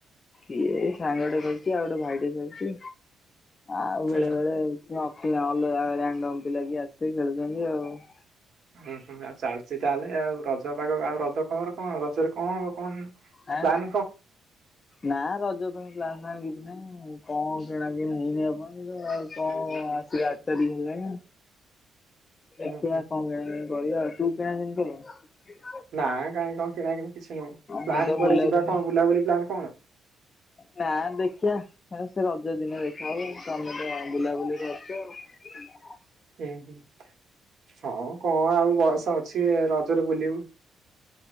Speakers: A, on the left; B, on the right.
A: ଇଏ ସାଙ୍ଗଟେ ଖଉଛି ଆଉ ଗୋଟେ ଭାଇଟେ ଖଉଛି, ଆଉ
B: ହୁଁ
A: ବେଳେ
B: ହୁଁ
A: ବେଳେ ଅଫ ଭଲ ଲାଗି ଆସିିକି ଖେଳୁଛନ୍ତି ଆଉ <inaudible>
B: ଉୁଁ ହୁଁ ଆଉ ଚାଲିଚଛି ତାହେଲେ ଆଉ ରଜ ପାାଗ ଆଉ ରଜ ଖବର କଣ ରଜରେ କଣ ହବ କଣ <inaudible>
A: ଆଁ
B: ପ୍ଲାନ
A: ନା ରଜ ପାଇଁ ଲ କିଛି ନାଇଁ କଣ କିଣାକି ହେଇନି କଣ ଆସି ଆ ତାର ହେଲେଣି
B: କଣ?
A: ଦେଖିବା କଣ କିଣ କରିବା ଆଉ ତୁ କିଣା ଦିନ କର
B: ନା କାଇଁ କଣ କିଣାକ କିଛି ନହଁ
A: ମୁଁ
B: ପ୍ନ୍
A: ତ
B: ପରେ
A: ବୁଲାବୁଲି
B: ଯିବା କଣ ବୁଲାବୁଲି ପ୍ଲାନ୍ କଣ
A: ନା ଦେଖିବା ସେ ରଜ ଦିନ ଦେଖା ହଉ ତମେ ତ ବୁଲାବୁଲି କରୁଛ ଆଉ
B: ହ ହ <inaudible> ହଁ କଣ ଆଉ ବୟସ ଅଛି ରଜରେ ବୁଲିବୁ